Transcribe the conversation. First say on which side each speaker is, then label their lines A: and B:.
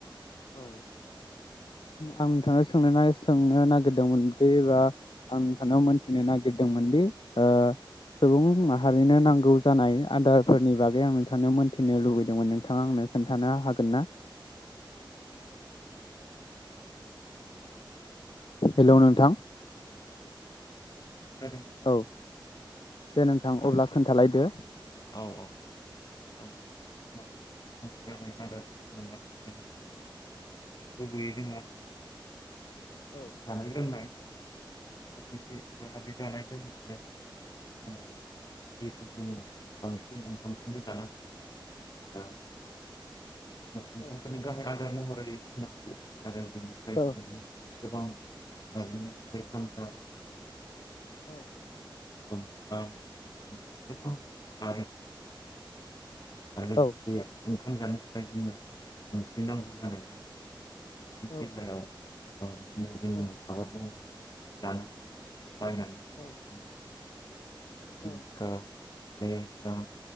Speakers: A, on the left; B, on the left.
A: ओ आं नोंथांनाव सोंनो सोंनो नागिरदोंमोनदि बा आं नोंथांनाव मोन्थिनो नागिरदोंमोनदि ओ सुबुं माहारिनो नांगौ जानाय आदारफोरनि बागै आं नोंथांनियाव मिथिनो लुबैदोंमोन नोंथाङा आंनो खोन्थानो हागोन ना? हेल'
B: खोनादोंना?
A: नोंथां
B: <unintelligible>
A: औ दे नोंथां अब्ला खोन्थालायदो
B: औ औ औ माहारिनो नांगौ जानाय आदार होनोब्लाथ' जोंहा गुबैयै जोंना
A: औ
B: जानाय लोंनाय <unintelligible> <unintelligible> आसामाव जिहेथु जोङो बांसिन ओंखामखौनो जाना थायो दा जोङो ओंखामखौनो
A: औ
B: गाहाय आदार महरै बुंनो हायो आरो बेनिफ्राय
A: औ
B: जोङो माखासे गोबां बिदिनो फिथाइ सामथाइ
A: औ
B: सुमफ्राम बिदिनो गोबां नारेंखल आरो लोगोसे
A: औ
B: ओंखाम जानो थाखाय जोंनो ओंख्रि नांगौ जानायलाय दा ओंख्रिनि
A: औ
B: बेलायाव ओ बिदिनो जोङो
A: औ
B: आबाद मावनानै जानो हायो बा बायनानै जानो
A: औ
B: हायो जिंखा
A: औ
B: लेस्रा